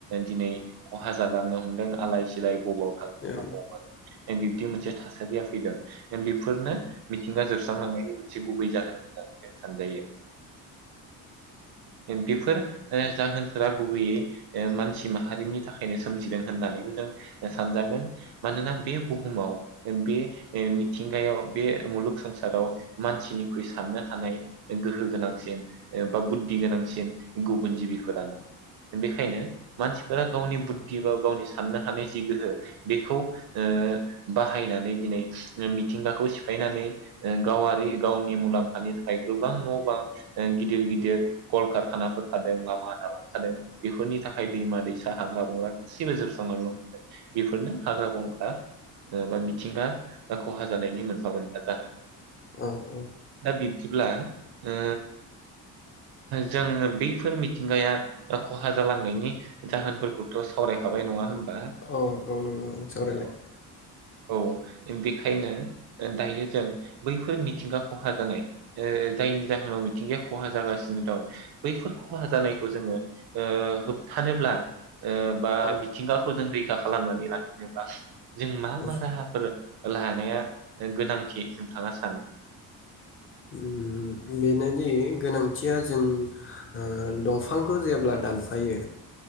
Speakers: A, on the right; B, on the left.
A: दिनै खहा जालांनो हमदों आलाय सिलाय बबाव थागोन
B: औ
A: बबाव मागोन बिबदि मोनसे थासारिया फैदों बेफोरनो मिथिंगा जोबस्रांलांनायनि मोनसे गुबै जाहोन होननानै जों सानजायो ओम बेफोर ओ जाहोनफोरा गुबैयै मानसि माहारिनि थाखायनो सोमजिदों होननानैबो जों सानजागोन मानोना बे बुहुमाव एम पि एमि मिथिंगायाव बे मुलुग संसाराव मानसिनिख्रुइ साननो हानाय गोहो गोनांसिन बा बुद्धि गोनांसिन गुबुन जिबिफोरानो बेखायनो मानसिफोरा गावनि बुद्धि बा गावनि साननो हानाय जि गोहो बेखौ ओ बाहायनानै दिनै मिथिंगाखौ सिफायनानै गावारि गावनि मुलाम्फानि थाखाय गोबां न' बां ओ गिदिर गिदिर कलकारखानाफोर खादों लामा दालां खादों बेफोरनि थाखाय दैमा दैसा हाग्रा बंग्रा गासिबो जोबस्रां लांनो हमदों बेफोरनो हाग्रा बंग्रा ओ बा मिथिंगा ब खहा जानायनि मोनफा मोनफा जाहोन
B: औ
A: दा बिब्दिब्ला ओ जोङो बैफोर मिथिंगाया खहा जालांनायनि जाहोनफोरखौथ' सावरायखाबाय नङा होमबा?
B: औ औ नंगौ सावरायबाय
A: अ औ बेखायनो दायो जों बैफोर मिथिंगा खहा जानाय जायनि जाहोनाव मिथिंगाया खहा जागासिनो दं बैफोर खहा जानायखौ जोङो ओ होबथानोब्ला ओ बा
B: औ
A: मिथिंगाखौ जों रैखा खालामनानै लाखिनोब्ला जों मा
B: औ
A: मा राहाफोर लानाया गोनांथि नोंथाङा सानो
B: ओम बेनोदि गोनांथिया जों ओ दंफांखौ जेब्ला दानफायो